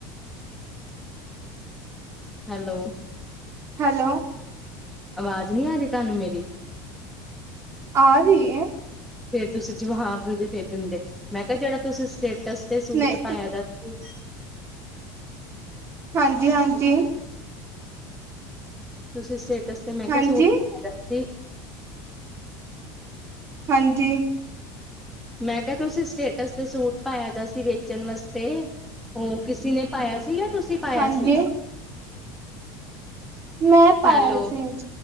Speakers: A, in the centre; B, on the right.
A: ਹੈਲੋ।
B: ਹੈਲੋ।
A: ਆਵਾਜ਼ ਨਹੀਂ ਆ ਰਹੀ ਤੁਹਾਨੂੰ ਮੇਰੀ।
B: ਆ ਰਹੀ ਹੈ।
A: ਫਿਰ ਤੁਸੀਂ ਜਵਾਬ ਫਿਰ ਦਿੰਦੇ ਮੈਂ ਕਿਹਾ ਜਿਹੜਾ ਤੁਸੀਂ ਸਟੇਟਸ ਤੇ ਸੂਟ
B: ਨਹੀਂ
A: ਪਾਇਆ ਦਾ। ਹੂ,,,
B: ਹਾਂਜੀ ਹਾਂਜੀ।
A: ਤੁਸੀਂ ਸਟੇਟਸ ਤੇ ਮੈਂ
B: ਹਾਂਜੀ
A: ਕਿਹਾ ਸੂਟ ਪਾਇਆ ਸੀ।
B: ਹਾਂਜੀ।
A: ਮੈਂ ਕਿਹਾ ਤੁਸੀਂ ਸਟੇਟਸ ਤੇ ਸੂਟ ਪਾਇਆ ਦਾ ਸੀ ਵੇਚਣ ਵਾਸਤੇ। ਉਹ ਕਿਸੀ ਨੇ ਪਾਇਆ ਸੀ ਜਾਂ ਤੁਸੀਂ ਪਾਇਆ
B: ਹਾਂਜੀ
A: ਸੀ।
B: ਮੈਂ ਪਾਇਆ
A: ਹੈਲੋ
B: ਸੀ।